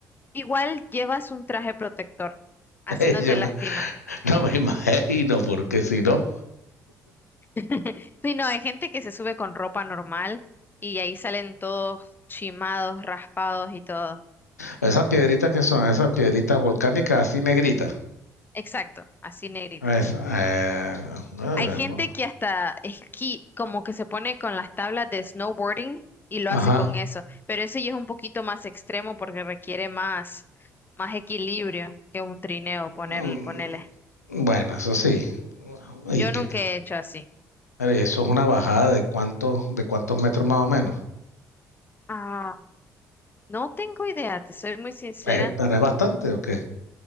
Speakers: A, on the left; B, on the left.
A: Igual llevas un traje protector, así
B: <laughs>
A: no
B: Yo
A: te lastima.
B: me- no me imagino, porque si no,
A: <laughs> Sí, no, hay gente que se sube con ropa normal y ahí salen todos chimados, raspados y todo.
B: esas piedritas que son, esas piedritas volcánicas así negritas.
A: Exacto, así negritas.
B: Esa, eh, eh,
A: Hay gente
B: po-
A: que hasta esquí, como que se pone con las tablas de snowboarding y lo
B: ajá.
A: hace con eso, pero ese ya es un poquito más extremo porque requiere más, más equilibrio que un trineo, poner,
B: Mm,
A: ponerle.
B: Bueno, eso sí. ¿Y
A: Yo
B: qué
A: nunca
B: tal?
A: he hecho así.
B: A ver, eso es una bajada de cuántos, de cuántos metros más o menos.
A: Ah, no tengo idea, te soy muy sincera.
B: Eh, ¿Pero es bastante o qué?